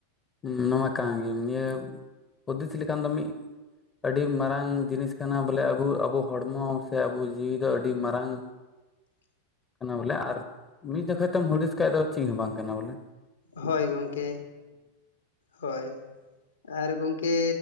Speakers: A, on the left; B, on the left.
A: ᱦ ᱱᱚᱶᱟ ᱠᱟᱱ ᱜᱮ ᱱᱤᱭᱟᱹ ᱯᱚᱫᱫᱷᱚᱛᱤ ᱞᱮᱠᱷᱟᱱ ᱫᱚ ᱢᱤᱫ ᱟᱹᱰᱤ ᱢᱟᱨᱟᱝ ᱡᱤᱱᱤᱥ ᱠᱟᱱᱟ ᱵᱚᱞᱮ ᱟᱵᱚ ᱟᱵᱚ ᱦᱚᱲᱢᱚ ᱥᱮ ᱟᱵᱚ ᱡᱤᱣᱤ ᱫᱚ ᱟᱹᱰᱤ ᱢᱟᱨᱟᱝ
B: <unintelligible>
A: ᱠᱟᱱᱟ ᱵᱚᱞᱮ ᱟᱨ ᱢᱤᱫ ᱡᱚᱠᱷᱚᱡ ᱛᱚᱢ ᱦᱩᱫᱤᱥ ᱠᱷᱟᱡ ᱫᱚ ᱪᱮᱫ ᱦᱚᱸ ᱵᱟᱝ ᱠᱟᱱᱟ ᱵᱚᱞᱮ᱾
B: ᱦᱳᱭ ᱜᱚᱝᱠᱮ ᱦᱳᱭ ᱟᱨ ᱜᱚᱝᱠᱮ᱾